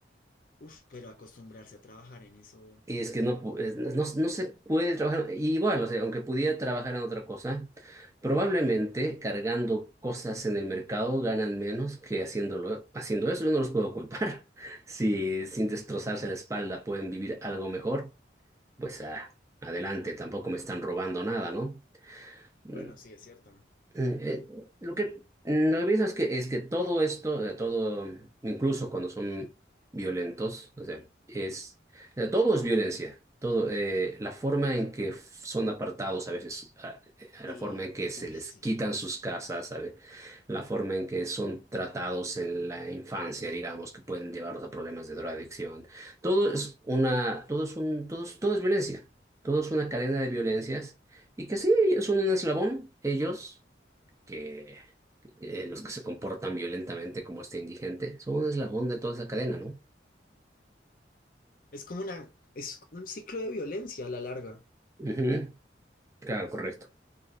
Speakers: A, on the left (about 45°); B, on the right (about 15°).
A: Uf, pero acostumbrarse a trabajar en eso.
B: Y es que no, pu- es- no, no no se puede trabajar, y igual, o sea, aunque pudiera trabajar en otra cosa, probablemente cargando cosas en el mercado ganan menos que haciéndolo, haciendo eso. Yo no los puedo culpar. <laughs> Si sin destrozarse la espalda pueden vivir algo mejor, pues ah, adelante, tampoco me están robando nada, ¿no? Mm.
A: Bueno, sí, es cierto, ¿no?
B: Eh, Eh, lo que, lo que pienso es que, es que todo esto, eh, todo, incluso cuando son violentos, o sea, es, eh, todo es violencia. Todo, eh, la forma en que f- son apartados a veces, a- a
A: Sí,
B: la forma en que se
A: uy,
B: les
A: sí.
B: quitan sus casas, ¿sabe? La forma en que son tratados en la infancia, digamos, que pueden llevarlos a problemas de drogadicción. Todo es una, todo es un, todo es- todo es violencia. Todo es una cadena de violencias. Y que sí, son un eslabón, ellos que eh, los que se comportan violentamente como este indigente son un eslabón de toda esa cadena, ¿no?
A: Es como una, es un ciclo de violencia a la larga
B: Ujú. Claro, correcto.